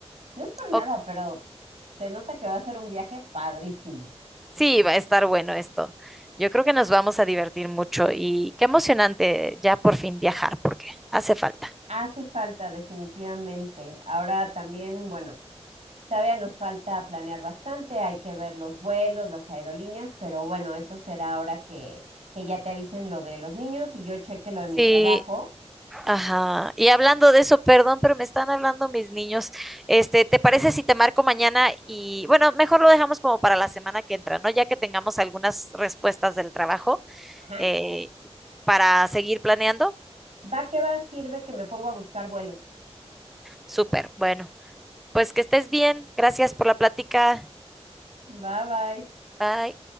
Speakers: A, on the right (about 85°); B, in the centre.
A: No es por nada,
B: O-
A: pero se nota que va a ser un viaje padrísimo.
B: sí, va a estar bueno esto. Yo creo que nos vamos a divertir mucho y qué emocionante ya por fin viajar porque hace falta.
A: Hace falta, definitivamente. Ahora también, bueno. Todavía nos falta planear bastante, hay que ver los vuelos, las aerolíneas, pero bueno, eso será ahora que, que ya te avisen lo de los niños y yo cheque lo de
B: Sí,
A: mi trabajo.
B: Ajá. Y hablando de eso, perdón, pero me están hablando mis niños. Este, ¿te parece si te marco mañana? Y bueno, mejor lo dejamos como para la semana que entra, ¿no? Ya que tengamos algunas respuestas del trabajo
A: Ajá.
B: eh, para seguir planeando.
A: Va que va, sirve que me pongo a buscar vuelos.
B: Súper. Bueno, pues que estés bien. Gracias por la plática.
A: Bye bye.
B: Bye.